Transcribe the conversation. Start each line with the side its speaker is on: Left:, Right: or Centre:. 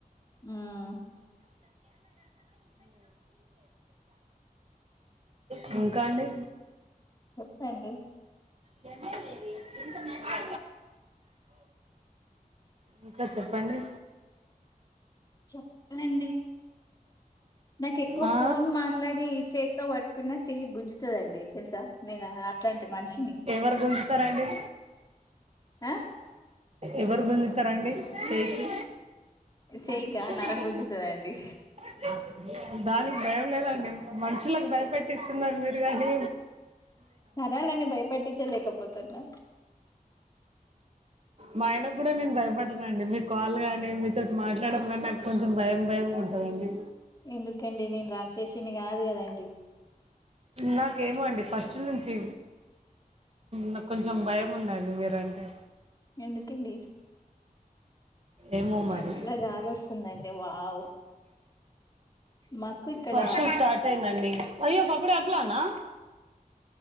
Left: ఉమ్
Right: మ్ ఇంకా అండి
Left: చెప్పండి
Right: తెమ్న్నదేవి చి ఇంకా చెప్పండి.
Left: చెప్పాలండి, నాకు ఎక్కువ
Right: ఆ
Left: ఫోన్ మా ట్లాడి చేతితో పట్టుకున్న చెయ్యి గుంజుతుందండి తెలుసా నేను అట్లాం మనిషిని
Right: ఎవరు గుంజుతారండి
Left: ఆ.
Right: ఎవరు గుంజుతరండి చెయికి.
Left: చేయికా
Right: పది నిమిషాలు
Left: నరం గుంజుతదండి
Right: <inaudible> దానికి భయం లేదండి. మనుషులకు భయపెట్టిస్తున్నరు మీరు గాని
Left: సరేలేండి భయపెట్టిచ్చ లేకపోతున్నా.
Right: మా ఆయన కూడా నేను భయపడనండి. మీ కాల్ కానీ మీతోటి మాట్లాడడం కానీ నాకు కొంచెం భయం భయంగా ఉంటదండి.
Left: ఎందుకండి నేను రాక్షసిని కాదు కదండి.
Right: నాకేమో అండి ఫస్ట్ నుంచి నాకు కొంచెం భయం ఉందండి మీరంటే.
Left: ఎందుకండి?
Right: ఏమో
Left: చల్లగా
Right: మరి.
Left: గాలోస్తుందండి వావ్ మాకు ఇక్కడ
Right: వర్షం స్టార్ట్ అయిందండి. అయ్యో కపుడే అప్లానా.